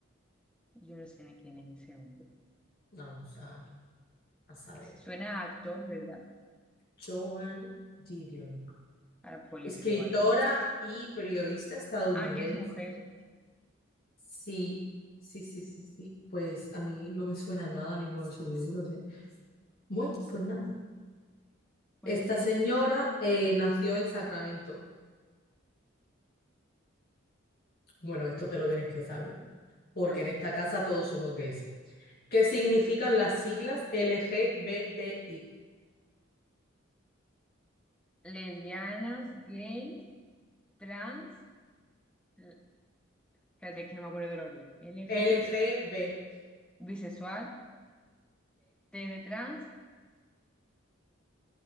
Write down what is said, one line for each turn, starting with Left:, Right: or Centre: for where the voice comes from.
Centre: yo no sé ni quién es ese hombre.
Left: Vamos a, a saber.
Centre: Suena a actor, ¿verdad?
Left: Joan Didion.
Centre: A político
Left: Escritora
Centre: o algo.
Left: y periodista estadounidense.
Centre: Ah, que es mujer.
Left: Sí, sí, sí, sí, sí. Pues a mí no me suena nada ninguno de sus libros, ¿eh? Bueno, pues nada.
Centre: ¿Cuándo?
Left: Esta señora eh, nació en Sacramento. Bueno, esto te lo tienes que saber, porque
Centre: A ver.
Left: en esta casa todos somos gays. ¿Qué significan las siglas LGBTI?
Centre: Lesbianas, gays, trans. l- Espérate, que no me acuerdo del orden. L
Left: LGBTI
Centre: G bisexual, T de trans.